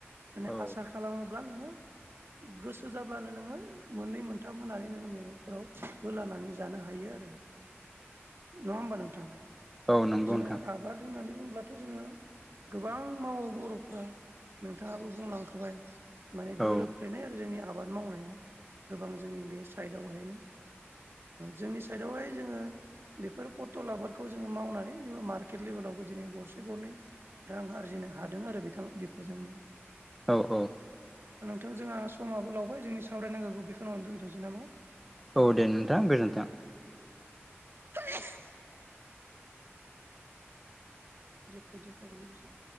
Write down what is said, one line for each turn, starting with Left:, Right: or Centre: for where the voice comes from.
Right: माने
Centre: औ
Right: आसा खालामोब्ला नोङो गोसो जाब्लानो नोङो मोननै मोनथाम होनानै नोङो मैगंफोराव होलानानै जानो हायो आरो नङा होमबा नोंथां?
Centre: औ नंगौ
Right: जोङो
Centre: नोंथां
Right: आबाद होननानै बुङोब्लाथ' जों गोबां मावो बर'फ्रा नोंथाङाबो बुंलांखाबाय माने
Centre: औ
Right: गोरोबलायनाय आरो जोंनि आबाद मावनाया। गोबां जोंनि बे साइडआवहायनो जोंनि साइडआवहाय जोङो बेफोर पथल आबादखौ जोङो मावनानै जों मार्केट लेबेलावबो दिनै गरसे गरनै रां आरजिनो हादों आरो बिथां बेफोरजोंनो।
Centre: औ औ
Right: थां जोंहा समाबो लावबाय जोंनि सावरायनांगौ बेखेनिआवो दोन्थ'नोसै नामा?
Centre: औ दे नोंथां गोजोन्थों।
Right: <inaudible> रेकट जाफाबायलै बेसो